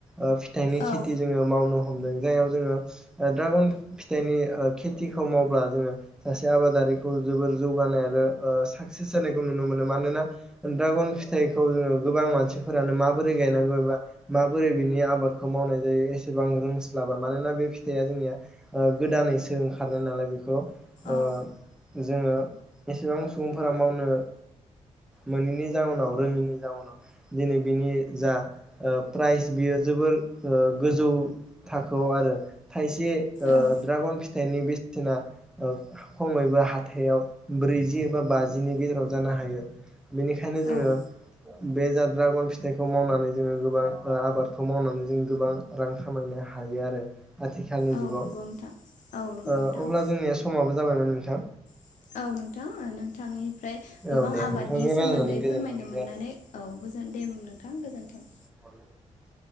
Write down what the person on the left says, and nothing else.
औ
औ
औ
औ
औ
नंगौ नोंथां औ नंगौ
नोंथां
<inaudible> ओमफ्राय गोबां
आबादनि
सोमोन्दै
फोरमायनो
मोननानै
औ गोजोन दे नोंथां गोजोन्थों